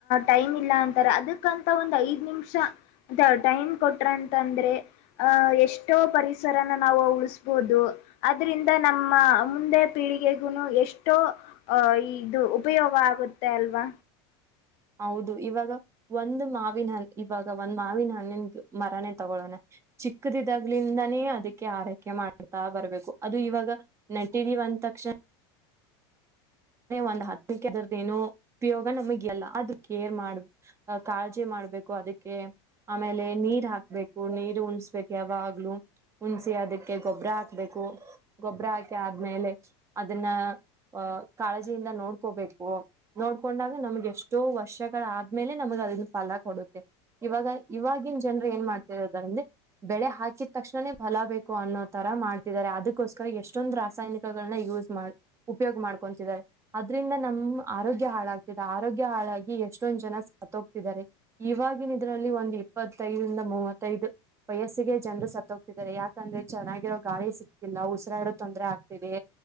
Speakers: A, on the left; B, on the right.
A: ಟೈಮ್ ಇಲ್ಲ ಅಂತಾರೆ ಅದಕ್ಕಂತ ಒಂದ ಐದ್ ನಿಮಿಷ ಅದ ಟೈಮ್ ಕೊಟ್ರ ಅಂತ ಅಂದ್ರೆ ಅಹ ಎಷ್ಟೋ ಪರಿಸರನ ನಾವು ಉಳಸ್ಬೋದು ಅದ್ರಿಂದ ನಮ್ಮ ಮುಂದೆ ಪೀಳಿಗೆ ಎಷ್ಟೋ ಅಹ ಇದು ಉಪಯೋಗ ಆಗುತ್ತೆ ಅಲ್ವಾ
B: ಹೌದು ಇವಾಗ ಒಂದ್ ಮಾವಿನ ಹ ಇವಾಗ ಒಂದ್ ಮಾವಿನ ಹಣ್ಣಿನ್ ಮರನೇ ತಗೊಳೋಣ ಚಿಕ್ಕದಿದಾಗ್ಲಿಂದಾನೇ ಅದಕ್ಕೆ ಆರೈಕೆ ಮಾಡ್ತಾ ಬರ್ಬೇಕು ಅದು ಇವಾಗ ನೆಟಿನ ತಕ್ಷಣ ಒಂದ್ ಹದಕ್ಕೆರದ ಏನ ಉಪಯೋಗ ನಮಗೆ ಎಲ್ಲ ಅದು ಕೇರ್ ಮಾಡ ಕಾಜಿ ಮಾಡ ಮಾಡ್ಬೇಕು ಅದಕ್ಕೆ ಆಮೇಲೆ ನೀರ್ ಹಾಕ್ಬೇಕು ನೀರು ಉಣಸ್ಬೇಕು ಯಾವಾಗ್ಲುೂ ಹುಣ್ಸಿ ಅದಕ್ಕೆ ಗೊಬ್ಬರ ಹಾಕ್ಬೇಕು ಗೊಬ್ಬರ ಹಾಕಿ ಆದ್ಮೇಲೆ ಅದನ್ನ ಅಹ ಕಾಳಜಿಯಿಂದ ನೋಡ್ಕೋಬೇಕು ನೋಡ್ಕೊಂಡಾಗ ನಮ್ಗೆ ಎಷ್ಟೋ ವರ್ಷಗಳಾದ್ಮೇಲೆ ನಮಗ್ ಅದನ್ನ ಫಲ ಕೊಡುತ್ತೆ ಇವಾಗ ಇವಾಗಿನ ಜನರು ಏನ್ ಮಾಡ್ತರದ ಅಂದ್ರೆ ಬೆಳೆ ಹಾಕಿದ ತಕ್ಷಣೇ ಲ ು ಅನ್ನೋ ತರ ಮಾಡ್ತಿದ್ದಾರೆ ಅದಕ್ಕೋಸ್ಕರ ಎಷ್ಟೊಂದು ರಾಸಾಯನಿಕಗಳನ್ನ ಯೂಸ್ ಮಾಡ ಉಪಯೋಗ ಮಾಡ್ ಕತಿದ್ದಾರೆ ಅದ್ರಿಂದ ನಮ್ ಆರೋಗ್ಯ ಹಾಳಾಗ್ತಿದೆ ಆರೋಗ್ಯ ಹಾಳಾಗಿ ಎಷ್ಟೊಂದ್ ಜನ ಸತ್ೋಗ್ತಿದ್ದಾರೆ ಇವಾಗಿನ ಇದ್ರಲ್ಲಿ ಒಂದು್ ಇಪ್ಪತ್ತೈದರಿಂದ ಮೂವತ್ತೈದು ವಯಸ್ಸಿಗೆ ಜನರು ಸತ್ತ ಹೋಗ್ತಿದ್ದಾರೆ ಯಾಕಂದ್ರೆ ಚೆನ್ನಾಗಿರೋ ಗಾಳಿ ಸಿಕ್ತಿಲ್ಲ ಉಸಿರಾಡೋ ತೊಂದ್ರರೆ ಆಗ್ತಿದೆ